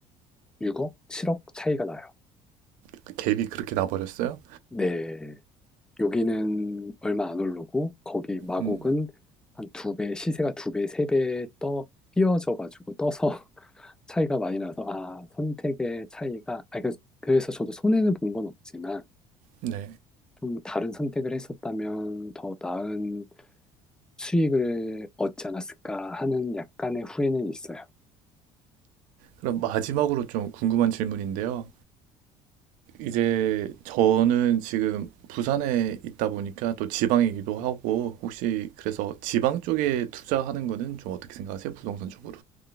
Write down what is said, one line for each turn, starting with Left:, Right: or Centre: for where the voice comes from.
Centre: 6억, 7억 차이가 나요.
Right: 그 갭이 그렇게 나버렸어요?
Centre: 네. 여기는 얼마 안 오르고 거기 마곡은
Right: 음,
Centre: 한 두 배, 시세가 두 배, 세 배 떠, 띄어져 가지고 떠서 <laughs> 차이가 많이 나서 아, 선택의 차이가 아, 그래서 그래서 저도 손해는 본 건 없지만
Right: 네.
Centre: 좀 다른 선택을 했었다면 더 나은 수익을 얻지 않았을까 하는 약간의 후회는 있어요.
Right: 그럼 마지막으로 좀 궁금한 질문인데요. 이제 저는 지금 부산에 있다 보니까 또 지방이기도 하고 혹시 그래서 지방 쪽에 투자하는 거는 좀 어떻게 생각하세요? 부동산 쪽으로.